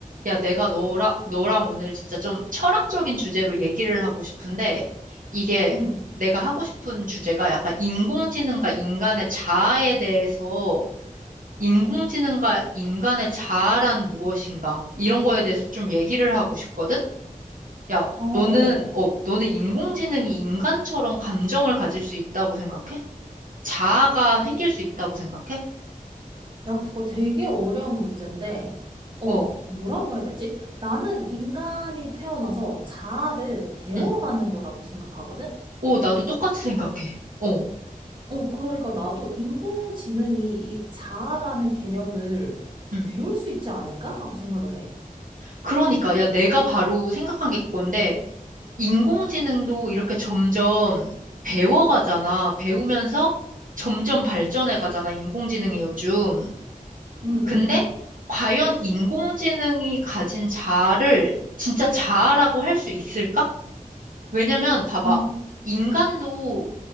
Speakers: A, on the right; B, on the right.
A: 야, 내가 너랑, 너랑 오늘 진짜 좀 철학적인 주제로 얘기를 하고 싶은데, 이게
B: 응,
A: 내가 하고 싶은 주제가 약간 인공지능과 인간의 자아에 대해서, 인공지능과 인간의 자아란 무엇인가, 이런 거에 대해서 좀 얘기를 하고 싶거든? 야,
B: 어, 어,
A: 너는,
B: 어.
A: 어, 너는 인공지능이 인간처럼 감정을 가질 수 있다고 생각해? 자아가 생길 수 있다고 생각해?
B: 야, 그거 되게 어려운 문제인데, 어,
A: 어,
B: 뭐라고 해야 되지? 나는 인간이 태어나서 자아를 배워가는
A: 응.
B: 거라고 생각하거든?
A: 어, 나도 똑같이 생각해. 어,
B: 어, 그러니까 나도 인공지능이 이 자아라는 개념을
A: 응.
B: 배울 수 있지 않을까? 하고 생각을 해.
A: 그러니까, 야, 내가 바로 생각한 게 그건데, 인공지능도 이렇게 점점 배워가잖아. 배우면서 점점 발전해가잖아, 인공지능이 요즘.
B: 응,
A: 근데,
B: 응,
A: 과연 인공지능이 가진 자아를 진짜 자아라고 할 수 있을까? 왜냐면, 봐봐.
B: 응,
A: 인간도